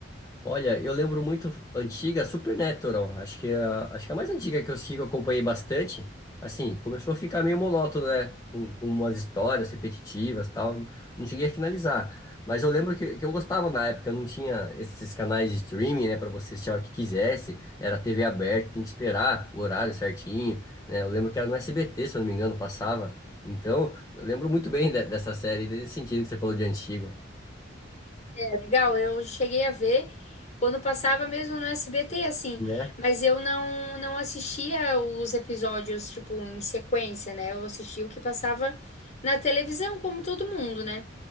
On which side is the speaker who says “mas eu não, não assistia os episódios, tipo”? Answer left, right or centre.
Left